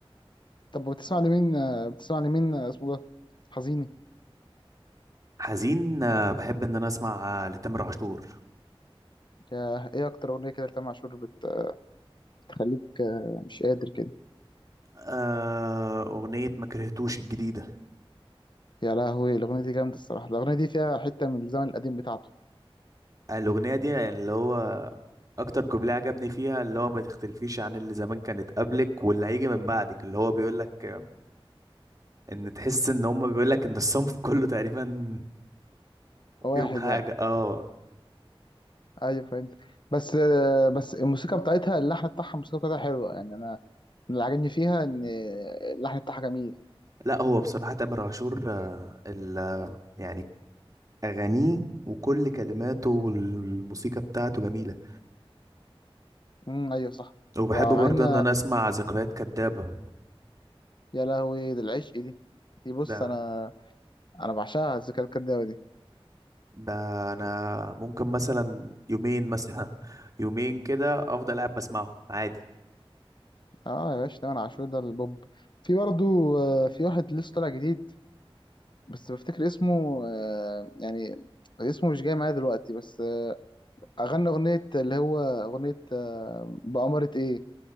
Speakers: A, on the left (about 55°); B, on the right (about 35°).
A: طب بتسمع لمين آه، بتسمع لمين آه، اسمه ده حزيني
B: حزين آه، بحب ان انا اسمع آه، لتامر عاشور
A: يا ايه اكتر اغنيه كده لتامر عاشور بت- بتخليك آه، مش قادر كده
B: آه، اغنيه ما كرهتوش الجديده
A: يا لهوي الاغنيه دي جامده الصراحه الاغنيه دي فيها حته من الزمن القديم بتاعته
B: الاغنيه دي يعني اللي هو اكتر كوبليه عجبني فيها اللي هو ما تختلفيش عن اللي زمان كانت قبلك واللي هيجي من بعدك اللي هو بيقول لك ان تحس ان هم بيقول لك ان الصنف <laughs> كله تقريبا
A: واحد
B: فيهم حاجه
A: يعني
B: اه
A: ايوه فهمت بس آه، بس الموسيقى بتاعتها اللحن بتاعها الموسيقى بتاعتها حلوه يعني انا من اللي عاجبني فيها ان اللحن بتاعها جميل
B: لا هو بصراحه تامر عاشور آه، ال يعني اغانيه وكل كلماته والموسيقى بتاعته جميله
A: امم ايوه صح
B: وبحب
A: ومع
B: برضه
A: ان
B: ان انا اسمع ذكريات كدابه
A: يا لهوي ده العشق دي دي بص
B: ده
A: انا انا بعشقها الذكريات الكدابه دي
B: ده انا ممكن مثلا يومين مثلا <laughs> يومين كده افضل قاعد بسمعه عادي
A: اه يا باشا تامر عاشور ده البوب في برضه آه، في واحد لسه طالع جديد بس بفتكر اسمه آه، يعني اسمه مش جاي معايا دلوقتي بس آه، اغنى اغنيه اللي هو اغنيه آه، بأمارة ايه